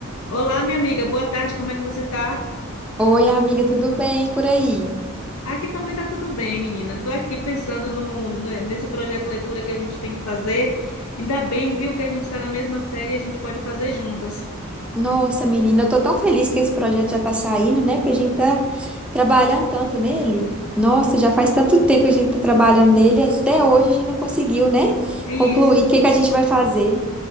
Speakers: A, on the left (about 80°); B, in the centre.
A: Olá, minha amiga, boa tarde, como é que você tá?
B: Oi, amiga, tudo bem por aí?
A: Aqui também tá tudo bem, menina. Tô aqui pensando no, no- nesse projeto leitura que a gente tem que fazer. Ainda bem, viu, que a gente tá na mesma série e a gente pode fazer juntas.
B: Nossa, menina, eu tô tão feliz que esse projeto já tá saindo, né? Porque a gente tá trabalhando tanto nele. Nossa, já faz tanto tempo que a gente tá trabalhando nele, e até hoje a gente não conseguiu, né?
A: É
B: Concluir.
A: Isso.
B: O que que a gente vai fazer?